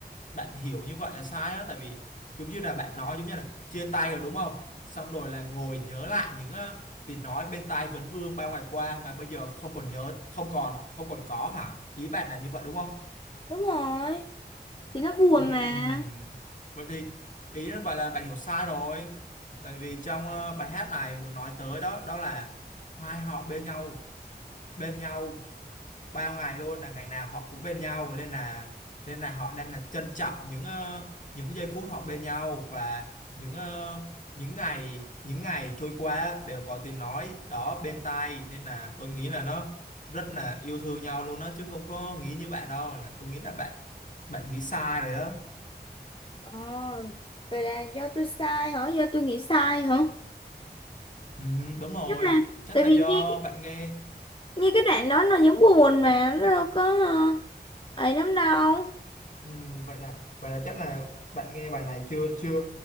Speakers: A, on the left; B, on the left.
A: bạn hiểu như vậy là sai á tại vì giống như là bạn nói giống như là chia tay rồi đúng không xong rồi là ngồi nhớ lại những ờ, tiếng nói bên tai vấn vương bao ngày qua mà bây giờ không còn nhớ không còn không còn có hả ý bạn là như vậy đúng không
B: đúng rồi thì nó buồn
A: Ừm,
B: mà
A: vậy thì ý là vậy là bạn hiểu sai rồi tại vì trong ờ, bài hát này muốn nói tới đó đó là hai họ bên nhau bên nhau bao ngày luôn là ngày nào họ cũng bên nhau nên là nên là họ đang là trân trọng những ờ, những giây phút họ bên nhau và những ờ, những ngày những ngày trôi qua đều có tiếng nói đó bên tai nên là tôi nghĩ là nó rất là yêu thương nhau luôn đó chứ không có nghĩ như bạn đâu là tôi nghĩ là bạn bạn nghĩ sai rồi đó
B: ờ vậy là do tôi sai hả do tôi nghĩ sai hả
A: ừ, đúng rồi
B: nhưng mà
A: chắc
B: tại
A: là
B: vì
A: do
B: nghe
A: bạn nghe
B: nghe cái đoạn đó nó giống buồn mà nó đâu có ờ, ấy lắm đâu
A: Ừm, vậy là vậy là chắc là bạn nghe bài này chưa chưa